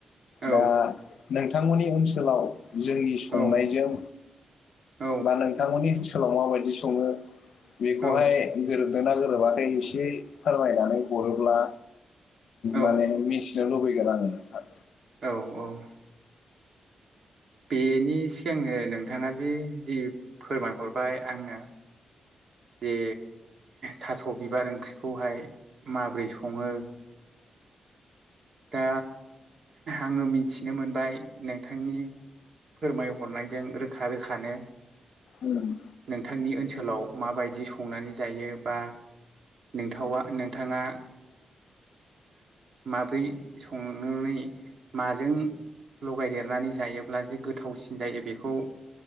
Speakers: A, on the right; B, on the left.
A: औ
B: दा नोंथांमोननि ओनसोलाव जोंनि संनायजों
A: औ औ
B: बा नोंथांमोननि ओनसोलाव माबायदि सङो बेखौहाय
A: औ
B: गोरोबदों ना गोरोबाखै एसे फोरमायनानै हरोब्ला
A: औ
B: माने मिथिनो लुबैगोन आङो नोंथां।
A: औ औ बेनि सिगांनो नोंथाङा दि जि फोरमायहरबाय आंनो जे थास' बिबार ओंख्रिखौहाय माबोरै सङो दा आङो मिथिनो मोनबाय नोंथांनि फोरमायहरनायजों रोखा रोखानो
B: उम
A: नोंथांनि ओनसोलाव माबायदि संनानै जायो बा नोंथावा नोंथाङा माब्रै संनानै माजों लगायदेरनानै जायोब्ला जे गोथावसिन जायो बेखौ